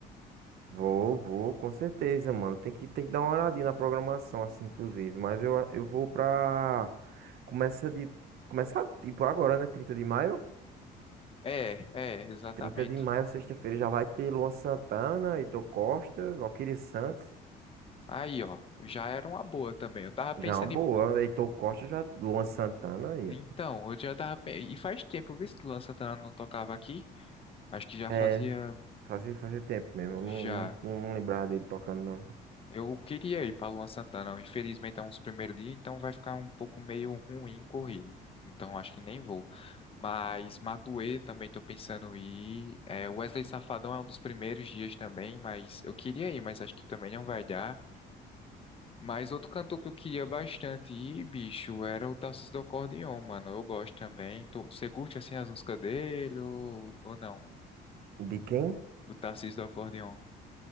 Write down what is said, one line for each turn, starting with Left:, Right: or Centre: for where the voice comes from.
Right: Vou, vou, com certeza, mano. Tem que, tem que dar uma olhadinha na programação, assim, inclusive. Mas eu, eu vou pra. Começa de. Começar, tipo, agora, né? 30 de maio.
Left: É, é, exatamente.
Right: trinta de maio, sexta-feira, já vai ter Luan Santana, Heitor Costa, Valquíria Santos.
Left: Aí, ó, já era uma boa também. Eu tava pensando
Right: Já é uma boa.
Left: em.
Right: Heitor Costa, já. Luan Santana aí,
Left: Então,
Right: ó.
Left: eu já tava. pe- E faz tempo, viu, que o Luan Santana não tocava aqui? Acho que já
Right: É,
Left: fazia.
Right: fazia, fazia tempo mesmo. Eu não,
Left: Já.
Right: não, não não lembrava dele tocando, não.
Left: Eu queria ir para Luan Santana, infelizmente é um dos primeiros dias, então vai ficar um pouco meio ruim corrido. Então acho que nem vou. Mas Matuê também estou pensando em ir. É, Wesley Safadão é um dos primeiros dias também, mas eu queria ir, mas acho que também não vai dar. Mas outro cantor que eu queria bastante ir, bicho, era o Tarcísio do Acordeon, mano. Eu gosto também. Tô- Você curte assim as músicas dele ou, ou não?
Right: De quem?
Left: Do Tarcísio do Acordeon.